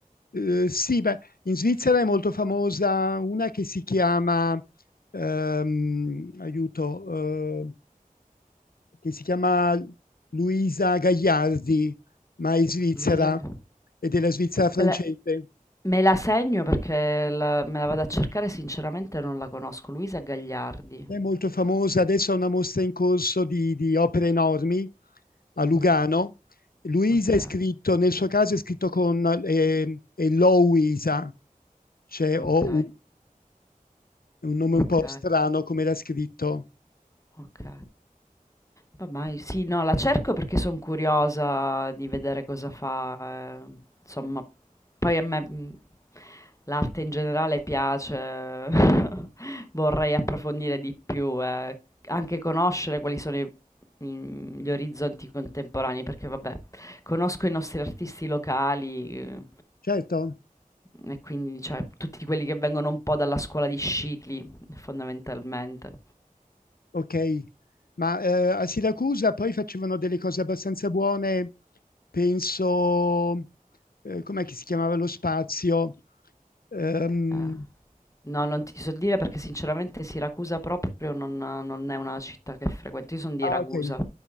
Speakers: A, on the left; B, on the left.
A: Eh, sì, beh, in Svizzera è molto famosa una che si chiama, ehm, aiuto, eh, che si chiama Luisa Gagliardi, ma è svizzera
B: Luisa che...
A: e della Svizzera francese.
B: Me la, me la segno perché la- me la vado a cercare, sinceramente non la conosco. Luisa Gagliardi.
A: È molto famosa, adesso ha una mostra in corso di, di opere enormi a
B: Mhm.
A: Lugano. Luisa
B: Ok,
A: è scritto, nel suo caso è scritto con, eh, è Louisa, cioè
B: ok,
A: O-U, È un nome
B: ok,
A: un po' strano come era scritto.
B: ok. Vabbè, sì, no, la cerco perché sono curiosa di vedere cosa fa. eh. Insomma, poi a me mh, l'arte in generale piace, <laughs> vorrei approfondire di più, eh. Anche conoscere quali sono i- mh, gli orizzonti contemporanei, perché vabbè, conosco i nostri artisti locali, eh,
A: Certo,
B: e quindi cioè, tutti quelli che vengono un po' dalla scuola di Scicli, fondamentalmente.
A: okay. Ma, ehm, a Siracusa poi facevano delle cose abbastanza buone, penso ehm, com'è che si chiamava lo spazio? Ehm,
B: Eh. No, non ti so dire perché sinceramente Siracusa proprio non, non è una città che frequento. Io sono di
A: ah
B: Ragusa.
A: okay,